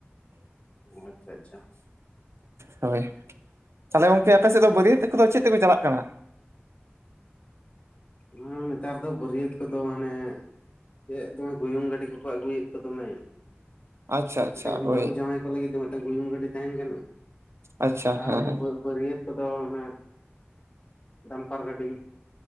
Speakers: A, on the left; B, on the right.
A: ᱚ ᱟᱪᱪᱷᱟ ᱟᱪᱪᱷᱟ
B: ᱦᱳᱭ ᱛᱟᱦᱚᱞᱮ ᱜᱚᱝᱠᱮ ᱟᱯᱮᱥᱮᱫ ᱫᱚ ᱵᱟᱨᱭᱟᱹᱛ ᱠᱚᱫᱚ ᱪᱮᱫ ᱛᱮᱠᱚ ᱪᱟᱞᱟᱜ ᱠᱟᱱᱟ?
A: ᱦᱩᱸ ᱱᱮᱛᱟᱨ ᱫᱚ ᱵᱟᱹᱨᱭᱟᱹᱛ ᱠᱚᱫᱚ ᱦᱟᱱᱮ ᱪᱮᱫ ᱫᱚᱢᱮ ᱜᱩᱭᱩᱝ ᱜᱟᱹᱰᱤ ᱠᱚᱠᱚ ᱟᱹᱜᱩᱭᱼᱮᱫ ᱛᱚ ᱫᱚᱢᱮ
B: ᱟᱪᱪᱷᱟ ᱟᱪᱪᱷᱟ
A: ᱢᱤᱫᱴᱟᱝ
B: ᱦᱳᱭ
A: ᱵᱟᱹᱦᱩ ᱡᱟᱶᱟᱭ ᱠᱚ ᱞᱟᱹᱜᱤᱫ ᱫᱚ ᱢᱤᱫᱴᱟᱝ ᱜᱩᱭᱩᱝ ᱜᱟᱹᱰᱤ ᱛᱟᱦᱮᱸᱱ ᱠᱟᱱᱟ᱾
B: ᱟᱪᱪᱷᱟ
A: ᱟᱨ
B: ᱦᱮᱸ
A: ᱩᱱᱠᱩ ᱵᱟᱹᱨᱭᱟᱹᱛ ᱠᱚᱫᱚ ᱚᱱᱟ ᱰᱟᱢᱯᱟᱨ ᱜᱟᱹᱰᱤ